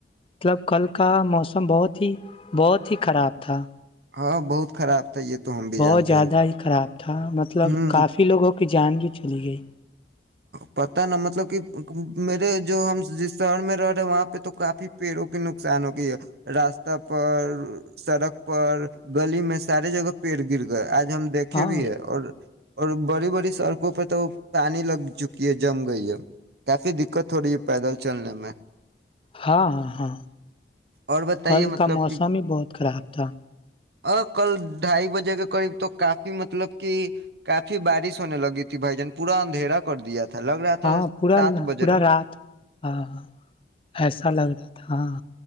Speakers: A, on the left (about 30°); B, on the right (about 60°).
A: مطلب کل کا موسم بہت ہی بہت ہی خراب تھا
B: ہاں بہت خراب تھا یہ تو ہم بھی
A: بہت
B: جانتے
A: زیادہ
B: ہیں
A: ہی خراب تھا مطلب
B: ہ
A: کافی لوگوں کو کی جان بھی چلی گئی
B: پتا نا مطلب کہ میرے جو ہم ج شہر میں رہ رہے وہاں پہ تو کافی پیڑوں کے نقصان ہو گئی ہے راستہ پر سڑک پر گلی میں سارے جگہ پیڑ گر گئے آج ہم دیکھے
A: ہاں
B: بھی ہے اور اور بڑی بڑی سڑکوں پہ تو پانی لگ چکی ہے جم گئی ہے کافی دقت ہو رہی ہے پیدل چلنے میں
A: ہاں ہاں ہاں
B: اور بتائیے
A: کل
B: مطلب
A: کا موسم
B: کہ
A: ہی بہت خراب تھا
B: ا کل ڈھائی بجے کے قریب تو کافی مطلب کہ کافی بارش ہونے لگی تھی بھائی جان پورا اندھیرا کر دیا تھا لگ رہا
A: ہاں
B: تھا
A: پورا
B: سات بج
A: پورا
B: رہا
A: رات ہاںاں ایسا لگ رہا تھا ہاں